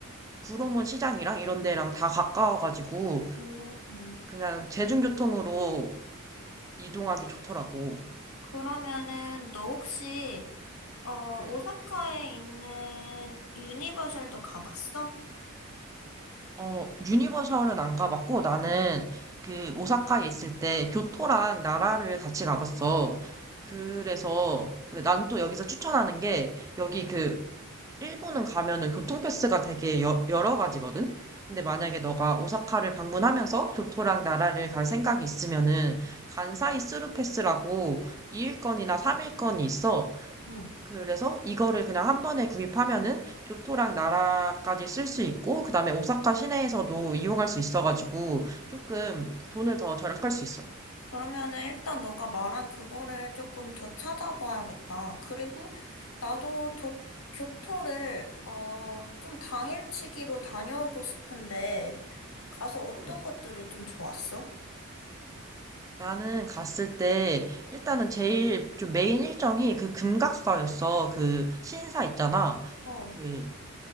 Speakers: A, on the right; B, on the left.
A: 구로문 시장이랑 이런 데랑 다 가까워가지고
B: 음,
A: 그냥 대중교통으로 이동하기 좋더라고.
B: 그러면은 너 혹시, 어,
A: 응.
B: 오사카에 있는 유니버셜도 가봤어?
A: 어, 유니버셜은 안 가봤고, 나는
B: 응.
A: 그 오사카에 있을 때 교토랑 나라를 같이 가봤어. 그래서, 근데 나는 또 여기서 추천하는 게, 여기 그, 일본은 가면은 교통패스가 되게 여, 여러 가지거든? 근데 만약에 너가 오사카를 방문하면서 교토랑 나라를 갈 생각이 있으면은, 간사이 스루 패스라고 2일권이나 3일권이 있어.
B: 응.
A: 그래서 이거를 그냥 한 번에 구입하면은 교토랑 나라까지 쓸 수 있고, 그 다음에 오사카 시내에서도 이용할 수 있어가지고, 조금 돈을 더 절약할 수 있어.
B: 그러면은 일단 너가 말한 그거를 조금 더 찾아봐야겠다. 그리고 나도 도, 교토를 어, 좀 당일치기로 다녀오고 싶은데 가서 어떤
A: 음,
B: 것들이 좀 좋았어?
A: 나는 갔을 때, 일단은 제일 좀 메인 일정이 그 금각사였어. 그 신사 있잖아.
B: 어,
A: 그